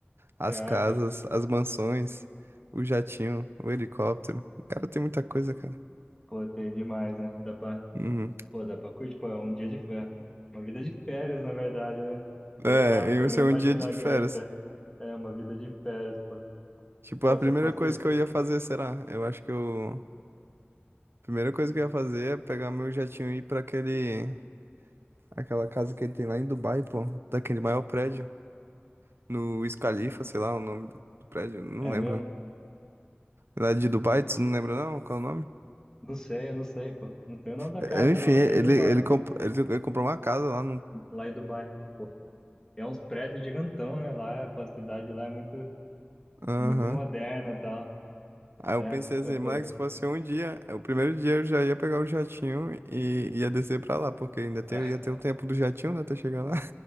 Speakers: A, on the right; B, on the left.
A: as
B: você acha?
A: casas, as mansões, o jatinho, o helicóptero. O cara tem muita coisa, cara.
B: Pô, tem demais, né? Dá pra,
A: Uhum.
B: pô, dá pra curtir, pô, é um dia de férias. Uma vida de férias, na verdade, né?
A: É,
B: Sei lá, você
A: eu é
B: nem imaginar
A: um dia de férias.
B: direito. É É uma vida de férias, pô.
A: Tipo,
B: Pô,
A: a primeira
B: se eu fosse.
A: coisa que eu ia fazer, será? Eu acho que eu. A primeira coisa que eu ia fazer é pegar meu jatinho e ir pra aquele. Aquela casa que ele tem lá em Dubai, pô. Daquele maior prédio. no Wiz Khalifa, sei lá o nome do, do prédio, não
B: É
A: lembro.
B: mesmo?
A: Lá de Dubai, tu não lembra não? Qual é o nome?
B: Não sei, eu não sei, pô. Não sei o nome da
A: É,
B: casa,
A: é, Enfim,
B: não.
A: ele,
B: Eu sei Dubai.
A: ele, comp- ele, ele comprou uma casa lá num.
B: Lá em Dubai. Pô, é uns prédios gigantão, né? Lá, pô, a cidade lá é muito,
A: Aham.
B: é muito moderna e tal.
A: Aí eu
B: É,
A: pensei assim,
B: eu, pô,
A: moleque, se fosse um dia, é, o primeiro dia eu já ia pegar o jatinho e ia descer pra lá, porque ainda tem,
B: <laughs>
A: ia ter o tempo do jatinho, né, até chegar lá.